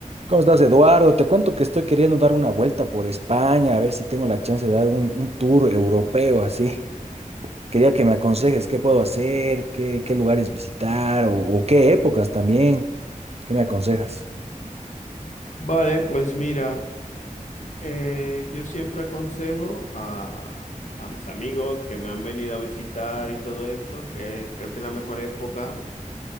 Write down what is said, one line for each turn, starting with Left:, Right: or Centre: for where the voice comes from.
Right: ¿Cómo estás, Eduardo? Te cuento que estoy queriendo dar una vuelta por España, a ver si tengo la chance de dar un, un tour europeo así. Quería que me aconsejes qué puedo hacer, qué, qué lugares visitar o, o qué épocas también. ¿Qué me aconsejas?
Left: Vale, pues mira, eh, yo siempre aconsejo a, a mis amigos que me han venido a visitar y todo esto, que creo que la mejor época